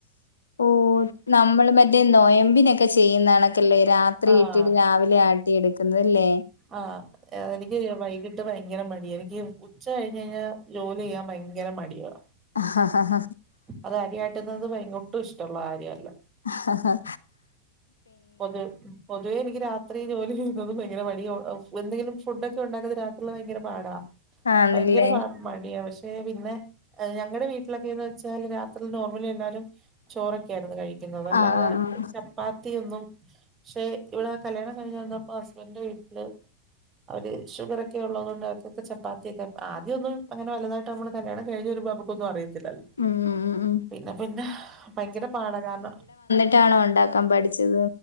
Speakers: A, on the left (about 75°); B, on the right (about 25°).
A: ഓഹ് ഓഹ് നമ്മള് മറ്റേ നൊയമ്പിനൊക്കെ ചെയ്യുന്ന കണക്കല്ലേ രാത്രി
B: ആഹ്
A: ഇട്ടിട്ട് രാവിലെ ആട്ടി ട്ടി എടുക്കുന്നത് ല്ലേ
B: ആഹ് എ എനിക്ക് വൈകിട്ട് ട്ട് ഭയങ്കര മടിയാ എനിക്ക് ഉച്ച കഴിഞ്ഞ് കഴിഞ്ഞാൽ ജോലി ചെയ്യാൻ ഭയങ്കര മടിയാ
A: ഹാ ഹാ ഹാ
B: അത് അരിയാട്ടുന്നത് ഭയങ്ക് ഒട്ടും ഇഷ്ടമുള്ള കാര്യല്ല
A: ആഹ ഹ
B: പൊതുവെ പൊതുവേ എനിക്ക് രാത്രി ജോലി ചെയ്യുന്നതും ഭയങ്കര മടിയാ ഒ എ എന്തെങ്കിലും ഫുഡ് ഒക്കെ ഒണ്ടാക്കുന്നത് രാത് ഉള്ള ഭയങ്കര പാടാ
A: ആണല്ലേ
B: ഭയങ്കര പാട് മടിയാ പക്ഷെ പിന്നെ ഏഹ് ഞങ്ങടെ വീട്ടിലെക്കേന്ന് വെച്ചാല് രാത്രി നോർമലി എല്ലാരും ചോറൊക്കെ ആയിരുന്നു കഴി പിന്നെ ഒന്നു അല്ലാതെ
A: ആഹ് ആഹ് ആഹ്
B: ചപ്പാത്തി ഒന്നും പക്ഷെ ഇവിടെ കല്യാണം കഴിഞ്ഞ് വന്നപ്പോ ഹസ്ബന്റിന്റെ വീട്ടില് അവര് ഷുഗർ ഒക്കെ ഒള്ളത് കൊണ്ട് അവർക്ക് ഒക്കെ ചപ്പാത്തിയൊക്കെ ആദ്യം ഒന്നും അങ്ങനെ വലുതായിട്ട് നമ്മൾ കല്യാണം കഴിഞ്ഞു വരുമ്പോ നമ്മക്ക് ഇപ്പോന്നും അറിയത്തില്ലല്ലോ
A: ഉം ഉം ഉം ഉം
B: പിന്നെ പിന്നെ ഭയങ്കര പാട കാരണം
A: റ്റാണോ ഉണ്ടാക്കാം പഠിച്ചത്